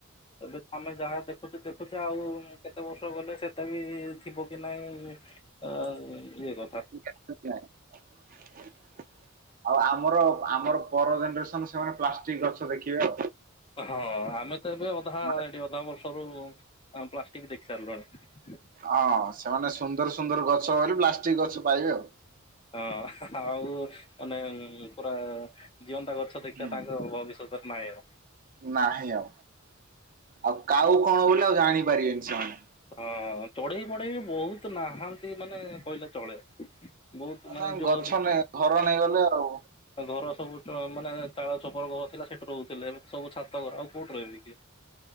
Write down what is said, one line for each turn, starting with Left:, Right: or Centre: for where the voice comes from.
Left: ଏବେ ଆମେ ଯାହା ଦେଖୁଛେ ଦେଖୁଛେ ଆଉ କେତେ ବର୍ଷ ଗଲେ ସେତେ ବି ଥିବ କି ନାହିଁ <unintelligible>
Right: <unintelligible> ଆଉ ଆମର ଆମର ପର ଜେନେରେସନ ସେମାନେ ପ୍ଲାଷ୍ଟିକ ଗଛ ଦେଖିବେ ଆଉ।
Left: ହଁ ଆମେ ତ ଏବେ ହଁ
Right: ମାନେ
Left: ହେଇଥିବ ତମରସବୁ ପ୍ଲାଷ୍ଟିକ୍ ଦେଖି ସାରିଲୁଣି।
Right: ହଁ ସେମାନେ ସୁନ୍ଦର ସୁନ୍ଦର ଗଛ ବୋଲି ପ୍ଲାଷ୍ଟିକ ଗଛ ପାଇବେ ଆଉ।
Left: ହଁ ଆଉ ମାନେ ପୁରା ଜିଅନ୍ତା ଗଛ ଦେଖିବା
Right: ହୁଁ।
Left: ତାଙ୍କ ଭବିଷ୍ୟତରେ ନାହିଁ ଆଉ।
Right: ନାହିଁ ଆଉ ଆଉ କାଉ କଣ ବୋଲି ଆଉ ଜାଣିପାରିବେନି ସେମାନେ।
Left: ହଁ ଚଢେଇ ପଢେଇ ବହୁତ ନାହାନ୍ତି। ମାନେ କହିଲେ ଚଳେଇ। ବହୁତ
Right: ଆଉ
Left: ମାନେ
Right: ତାଙ୍କ
Left: ଯୋଉ
Right: ଗଛ ନେ ଘର ନେଇଗଲେ ଆଉ।
Left: ଘର ସବୁ ମାନେ ଚାଳ ଚଛପର ଘର ଥିଲା ସେଠୁ ରହୁଥିଲେ ସବୁ ଛାତଘର ଆଉ। କଉଟି ରହିବେ କି